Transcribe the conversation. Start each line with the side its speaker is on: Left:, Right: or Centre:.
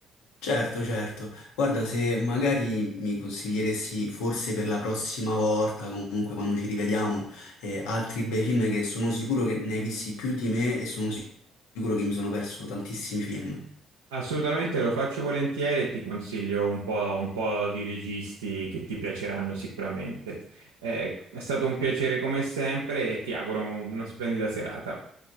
Left: Certo, certo. Guarda, se magari mi consiglieresti forse per la prossima volta, comunque quando ci rivediamo, eh, altri bei film che sono sicuro che ne hai visti più di me e sono sicuro che mi sono perso tantissimi film,
Right: Assolutamente lo faccio volentieri e ti consiglio un po', un po' di registi che ti piaceranno sicuramente. Eh, è stato un piacere come sempre e ti auguro una splendida serata.